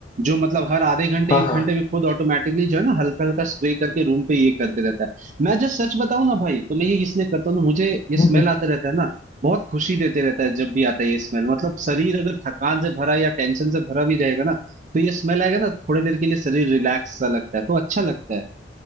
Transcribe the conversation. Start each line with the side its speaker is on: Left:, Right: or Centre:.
Right: जो मतलब हर आधे घंटे
Left: हाँ
Right: एक
Left: हाँ
Right: घंटे में खुद ऑटोमेटिकली जो है ना हल्का हल्का स्प्रे करके रूम पे ये करते रहता है मैं जब सच बताऊं ना भाई तो मैं ये इसलिए करता हूँ ना मुझे
Left: हम्म,
Right: ये स्मेल
Left: हम्म।
Right: आता रहता है ना बहुत खुशी देते रहता है जब भी आता है ये स्मेल मतलब शरीर अगर थकान से भरा या टेंशन से भरा भी रहेगा ना तो ये स्मेल आएगा ना थोड़ी देर के लिए शरीर रिलैक्स सा लगता है तो अच्छा लगता है